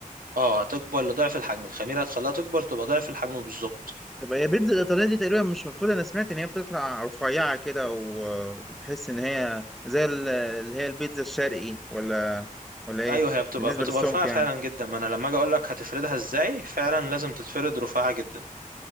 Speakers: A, on the right (about 80°); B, in the centre.
A: اه هتكبر لضعف الحجم الخميرة هتخليها تكبر تبقى ضعف الحجم بالظبط
B: طب هي بيتزا الإيطالية دي تقريبا مش المفروض أنا سمعت إن هي بتطلع رفيعة كده وبتحس إن هي زي ال- اللي هي البيتزا الشرقي ولا ولا إيه
A: ايوه هي بتبقى
B: بالنسبة
A: بتبقى
B: للسمك
A: رفيعة
B: يعني
A: فعلا جدا ما انا لما اجي اقول لك هتفردها ازاي فعلا لازم تتفرد رفيعة جدا